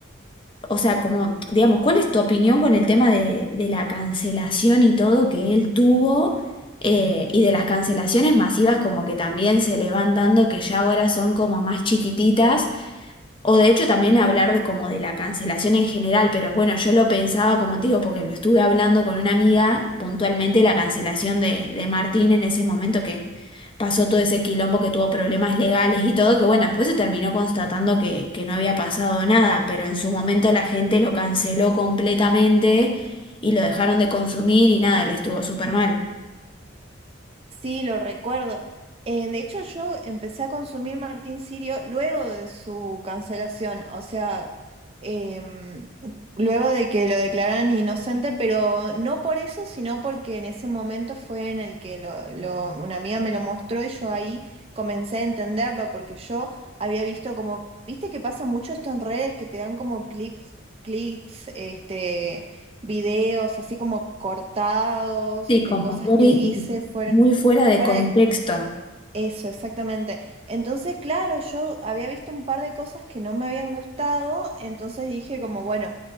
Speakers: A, on the left; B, on the right.
A: o sea, como, digamos, ¿cuál es tu opinión con el tema de, de la cancelación y todo que él tuvo eh, y de las cancelaciones masivas como que también se le van dando que ya ahora son como más chiquititas? O de hecho también hablar de como de la cancelación en general, pero bueno, yo lo pensaba como te digo, porque lo estuve hablando con una amiga puntualmente la cancelación de, de Martín en ese momento que pasó todo ese quilombo que tuvo problemas legales y todo, que bueno, después se terminó constatando que, que no había pasado nada, pero en su momento la gente lo canceló completamente y lo dejaron de consumir y nada, él estuvo súper mal.
B: Sí, lo recuerdo. Eh, de hecho, yo empecé a consumir Martín Sirio luego de su cancelación, o sea, em, luego de que lo declararan inocente, pero no por eso, sino porque en ese momento fue en el que lo- lo- una amiga me lo mostró y yo ahí comencé a entenderlo, porque yo había visto como, viste que pasa mucho esto en redes, que te dan como clips, clics, este... videos así como cortados
A: Sí,
B: de
A: como
B: cosas
A: muy,
B: que dice fuera.
A: muy fuera de
B: Fuera
A: contexto.
B: de eso, exactamente. Entonces, claro, yo había visto un par de cosas que no me habían gustado, entonces dije como, bueno,